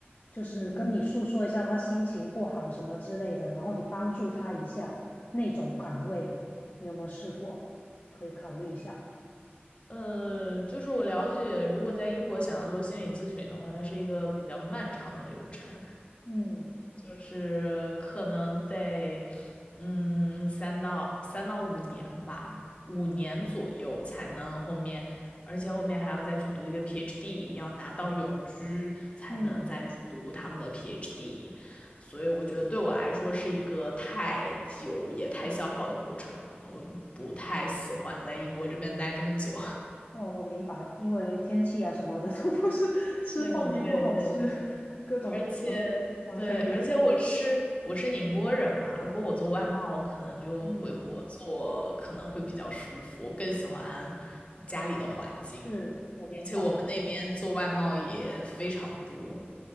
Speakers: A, on the left; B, on the left.
A: 就是跟你诉说一下他心情不好什么之类的，
B: 嗯
A: 然后你帮助他一下那种岗位，你有没有试过？可以考虑一下。
B: 呃，就是我了解，如果在英国想要做心理咨询的话，它是一个比较漫长的流程，
A: 嗯
B: 就是可能得，嗯，三到三到五年吧，五年左右才能后面，而且后面还要再去读一个 PhD，要拿到永居才能再去读他们的
A: 嗯。
B: PhD，所以我觉得对我来说是一个太久也太消耗的过程了，我不太喜欢在英国这边待这么久。
A: 哦，我明白，因为天气啊什么的都不是吃饭也不好吃，
B: 对对对对，
A: 各种各种，
B: 而且对，
A: 完全理解。
B: 而且我是我是宁波人嘛，如果我做外贸，我可能就回国做，
A: 嗯，
B: 可能会比较舒服，我更喜欢家里的环境，
A: 是我明白，
B: 而且我们那边做外贸也非常多，